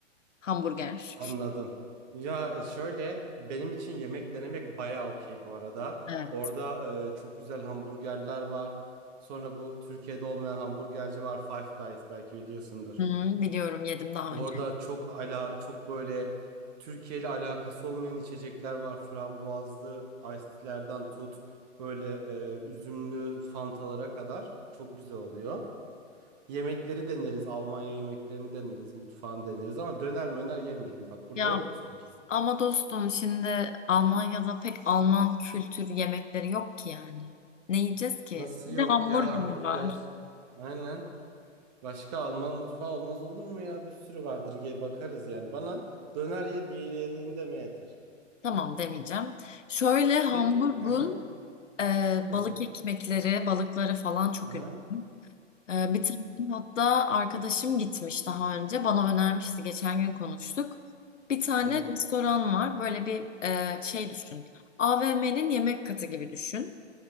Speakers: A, on the left; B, on the right.
A: Hamburger.
B: Anladım. Ya e, şöyle benim için yemek denemek bayağı okey bu arada.
A: Evet.
B: Orada e, çok güzel hamburgerler var. Sonra bu Türkiye'de olmayan hamburgerci var Five Guys belki biliyorsundur.
A: Hı hı, biliyorum yedim daha
B: Orada
A: önce.
B: çok ala çok böyle Türkiye ile alakası olmayan içecekler var. Frambuazlı iced tea'lerden tut böyle e, üzümlü fantalara kadar çok güzel oluyor. Yemekleri deneriz, Almanya yemeklerini deneriz, mutfağını deneriz ama döner möner yemeyelim. Bak burada
A: Ya
B: yok mu sanki?
A: ama dostum şimdi Almanya'da pek Alman kültür yemekleri yok ki yani. Ne yiyeceğiz ki?
B: Nasıl
A: Sadece
B: yok
A: hamburger
B: ya hamburger?
A: var.
B: Aynen. Başka Alman mutfağı olmaz olur mu ya? Bir sürü vardır diye bakarız yani. Bana döner ye diyelim deme yeter.
A: Tamam demeyeceğim. Şöyle Hamburg'un
B: Peki. Hı hı.
A: e, balık
B: Hı hı.
A: ekmekleri, balıkları falan çok
B: Hı hı.
A: ünlü. E, bir tane hatta arkadaşım gitmiş daha önce. Bana önermişti. Geçen gün konuştuk. Bir tane
B: Hı hı.
A: restoran var. Böyle bir e, şey düşün. AVM'nin yemek katı gibi düşün.